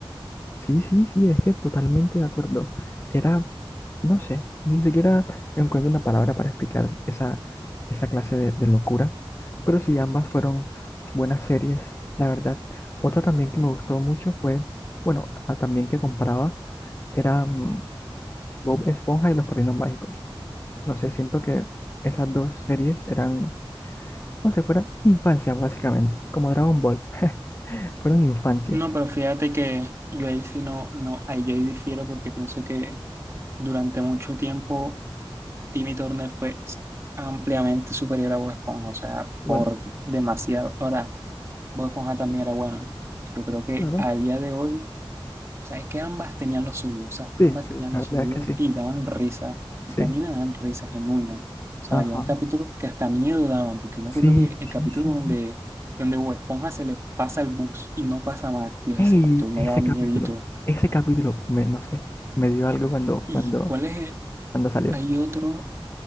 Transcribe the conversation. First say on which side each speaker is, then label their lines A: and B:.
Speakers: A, on the left (about 30°); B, on the right (about 30°).
A: Sí, sí, sí, es que totalmente de acuerdo. Era, no sé, ni siquiera encuentro una palabra para explicar esa, esa clase de, de locura, pero sí, ambas fueron buenas series, la verdad. Otra también que me gustó mucho fue, bueno, a- también que comparaba, era mm, Bob Esponja y Los Padrinos Mágicos. No sé, siento que esas dos series eran, no sé, fuera infancia básicamente, como Dragon Ball, <laughs> fueron infancia.
B: No, pero fíjate que yo ahí sí no, no, ahí yo ahí difiero porque pienso que durante mucho tiempo Timmy Turner fue ampliamente superior a Bob Esponja, o sea,
A: Bueno,
B: por
A: sí,
B: demasiado. Ahora, Bob Esponja también era buena. Yo creo que
A: claro,
B: a día de hoy, o sea, es que ambas tenían lo suyo, o sea,
A: sí,
B: ambas
A: sí,
B: tenían
A: la
B: lo
A: verdad
B: suyo
A: es que sí,
B: y daban risa, porque
A: sí.
B: a mí me daban risa genuina. O sea,
A: Ajá.
B: habían capítulos que hasta miedo daban, porque yo me
A: Sí,
B: acuerdo que
A: sí,
B: el capítulo
A: sí.
B: donde, donde Bob Esponja se le pasa el bus y no pasa más, tío,
A: Ey,
B: ese capítulo me
A: ese
B: daba miedito.
A: capítulo, ese capítulo, me, no sé, me dio algo cuando,
B: ¿Y
A: cuando,
B: cuál es el-
A: cuando salió.
B: Hay otro